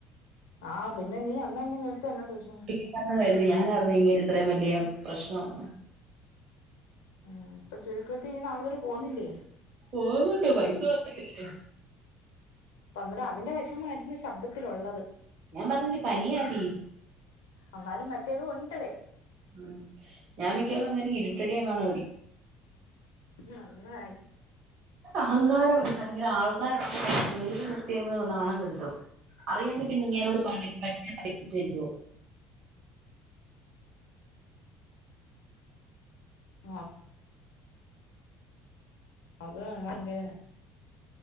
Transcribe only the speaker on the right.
<unintelligible> കരുതി ഞാൻ അറിഞ്ഞ ഇങ്ങേര് ഇത്രയും വലിയ പ്രശ്നം ആന്ന്
പോവുന്നുണ്ട് പൈസ കൊടുത്തേക്കുവല്ലേ
ഞാൻ പറഞ്ഞില്ല പനിയാടി
ഉം ഞാൻ മിക്കവാറും അങ്ങേരെ ഇരുട്ടടി എങ്ങാനും അടി
അഹങ്കാര ഭയങ്കര ആൾക്കാരൊള്ള സ്ഥലത്ത് വെറുതെ നിർ ത്തി അങ്ങ് നാണം കെടുത്തും അറിയാങ്കിൽ പിന്നെ ഇങ്ങേരോട് പഠിക്കാൻ വരുല്ലല്ലോ